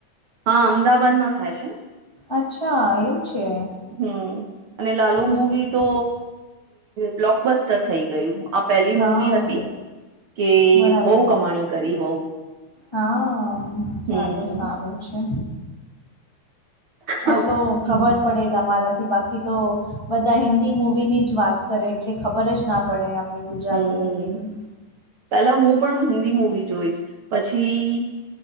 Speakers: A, on the right; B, on the left.
A: હા અમદાવાદ માં થાય છે ને
B: અચ્છા એવું છે
A: હમ અને લાલુ
B: ઓકે
A: મૂવી તો બ્લોક બસ્ટતર થઈ ગયું આ પહેલી મૂવી
B: હા
A: હતી કે
B: બરાબર
A: બઉ કમાણી કરી બઉ
B: હા
A: હમ
B: ચાલો સારું છે હા
A: હમ
B: તો ખબર પડે તમારાથી બાકી તો બધા હિન્દી મુવીની જ વાત કરે એટલે ખબર જ ના પડે આપણી ગુજરાતી
A: હમ
B: મૂવીની
A: પેલા હું પણ હિન્દી મુવી જોઈશ પછી